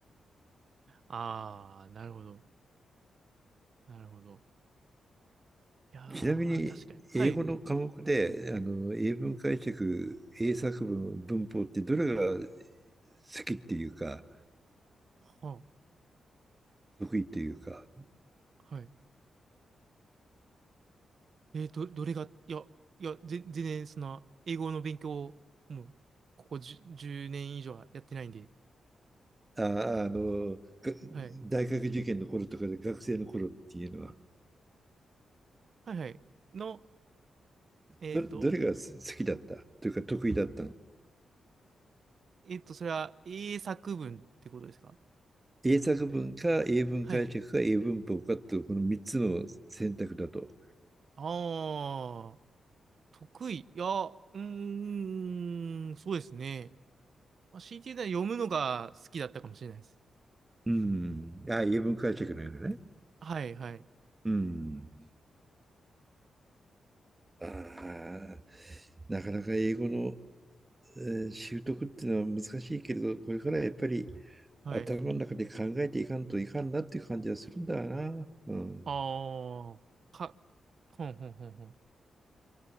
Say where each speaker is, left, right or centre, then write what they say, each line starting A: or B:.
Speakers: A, on the right; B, on the right.
A: ああ、なるほど。なるほど。いや
B: <laughs> ちなみに、
A: ー、確かに。はい。
B: 英語の科目で、あの、英文解釈、英作文、文法ってどれが好きっていうか、
A: は
B: 得意っていうか、
A: あ、はい。えーと、どれが、いや、いや、ぜ、全然、その、英語の勉強を、もう、ここ10、年以上はやってないんで。
B: あ、あの、が
A: はい。
B: 大学受験の頃とかで学生の頃っていうのは、
A: はいはい。の、えっと、
B: ど、どれが好きだったというか得意だったの
A: えっと、それは英作文ってことですか
B: 英作文か英文解釈か英文法かっていうこの3つの選択だと。
A: はい。ああ、得意。いや、うーん、そうですね。まあ、強いて言うなら読むのが好きだったかもしれないです。
B: うん。あ、英文解釈なのね。
A: はい、はい、
B: うん。ああ、なかなか英語の、えー習得っていうのは難しいけれど、これからやっぱり
A: はい。
B: 頭の中で考えていかんといかんなっていう感じはするんだな。うん。
A: ああ、か、ほんほんほんほん。